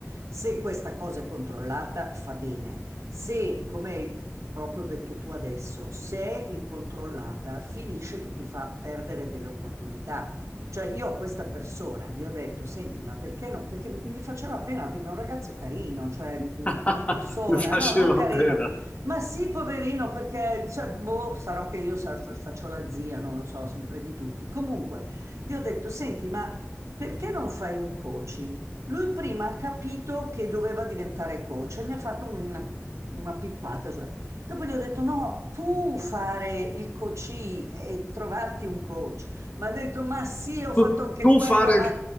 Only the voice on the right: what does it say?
Se questa cosa è controllata fa bene, se come hai proprio detto tu adesso, se è incontrollata finisce che ti fa perdere delle opportunità. Cioè io a questa persona gli ho detto, senti, ma perché no? Perché mi faceva pena, perché è un ragazzo carino, cioè mh,
come persona,
no, non carino,
ma sì, poverino, perché, cioè, boh, sarò che io sa- fa- faccio la zia, non lo so, sempre di tutti. Comunque, gli ho detto, senti, ma perché non fai un coaching? Lui prima ha capito che doveva diventare coach e mi ha fatto una, una pippata, cioè. Dopo gli ho detto, no, tu fare il coach e trovarti un coach. Ma ha detto, ma sì, ho fatto
anche
quello,
ma